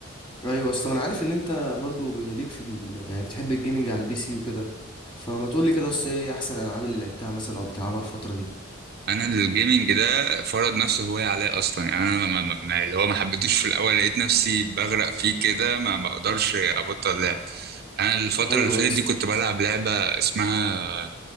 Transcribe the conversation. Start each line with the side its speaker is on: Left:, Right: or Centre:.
Left: ايوه اصل انا عارف ان انت برضو ب- ليك في ال... يعني بتحب الجيمنج على البي سي وكده فما تقول لي كده اصل ايه احسن الالعاب اللي لعبتها مثلا او بتلعبها الفتره دي
Right: انا الجيمنج ده فرض نفسه هواية عليا اصلا يعني انا ما ما ما- اللي هو ما حبيتوش في الاول لقيت نفسي بغرق فيه كده ما بقدرش ابطل لعب انا الفترة
Left: ايوه
Right: اللي فاتت دي كنت بلعب لعبة اسمها